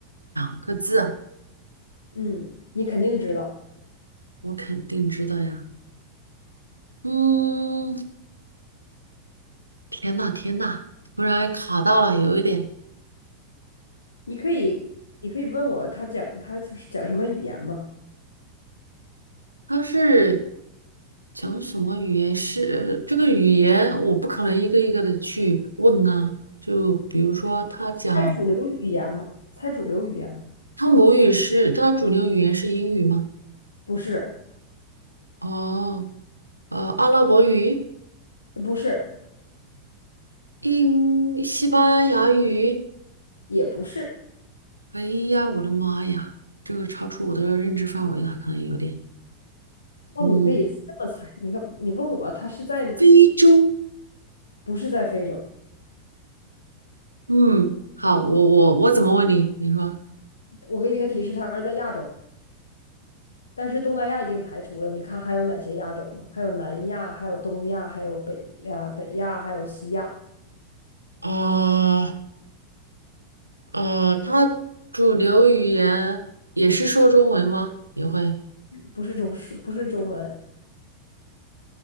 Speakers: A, on the right (about 85°); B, on the left (about 75°).
A: 两个字，
B: 嗯，你肯定知道，
A: 我肯定知道呀。嗯，天呐，天呐，突然卡到了，有一点，
B: 你可以，你可以问我他讲他是讲什么语言吗？
A: 它是。讲什么语言是这个语言，我不可能一个一个的去问啊。就比如说，他讲
B: 猜主流语言吗？猜主流语言吗？
A: 他母语是他主流语言是英语吗？
B: 不是，
A: 哦，呃，阿拉伯语、
B: 不是，
A: 英、西班牙语。
B: 也不是。
A: 哎呀，我的妈呀，这个超出我的认知范围了，可能有点。
B: 那你可以这么猜，
A: 嗯
B: 你看，你问我他是在
A: 非洲
B: 不是在非洲？
A: 嗯，好，我我我怎么问你？你说，
B: 我给你个提示，他是在亚洲。但是东南亚已经排除了，你看还有哪些亚洲吗？还有南亚，还有东亚，还有北啊，北亚，还有西亚，
A: 啊呃，他主流语言也是说中文吗？也会。
B: 不是中不是中文，